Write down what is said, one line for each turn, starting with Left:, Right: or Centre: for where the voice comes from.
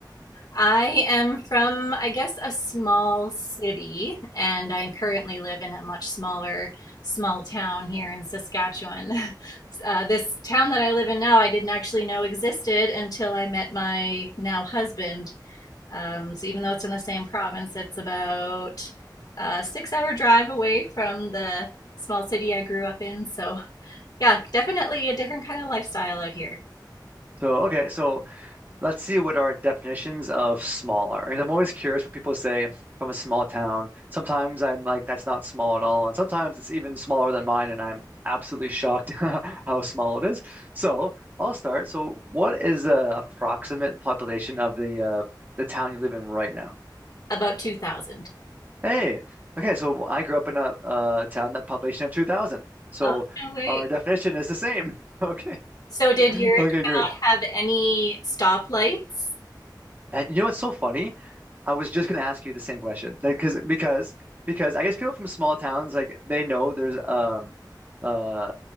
Left: I am from, I guess, a small city, and I currently live in a much smaller small town here in Saskatchewan. <laughs> Uh, this town that I live in now, I didn't actually know existed until I met my now husband. Um, so even though it's in the same province, it's about a six-hour drive away from the small city I grew up in. So. Yeah, definitely a different kind of lifestyle out here.
Right: So, okay, so let's see what our definitions of small are. Because I'm always curious when people say from a small town. Sometimes I'm like, that's not small at all. And sometimes it's even smaller than mine, and I'm absolutely shocked <laughs> how small it is. So I'll start. So what is the approximate population of the uh, the town you live in right now?
Left: About 2000.
Right: Hey, okay, so I grew up in a, a town that population of 2,000. So
Left: Oh, no way.
Right: our definition is the same. <laughs> Okay.
Left: So did your
Right: Okay,
Left: town
Right: great.
Left: have any stoplights?
Right: And you know what's so funny? I was just gonna ask you the same question, like, because because because I guess people from small towns like they know there's um uh,